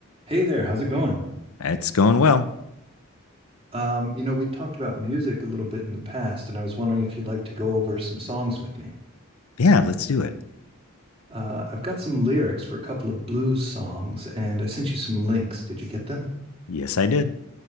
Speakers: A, on the right; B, on the left.
A: Hey there, how's it going?
B: It's going well.
A: Um, you know, we talked about music a little bit in the past, and I was wondering if you'd like to go over some songs with me.
B: Yeah, let's do it.
A: Uh, I've got some lyrics for a couple of blues songs, and I sent you some links. Did you get them?
B: Yes, I did.